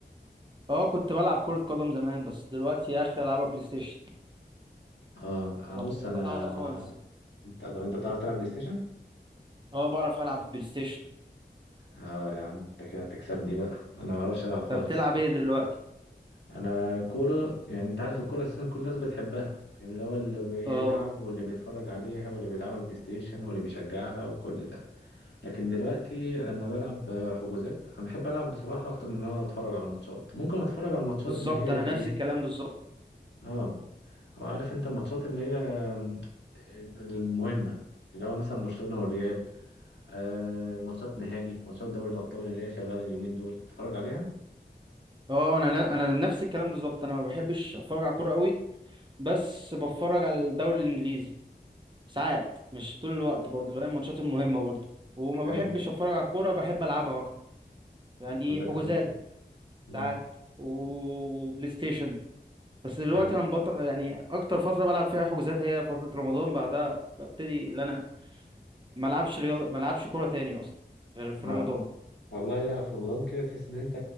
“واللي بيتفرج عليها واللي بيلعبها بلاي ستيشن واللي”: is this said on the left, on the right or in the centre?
Left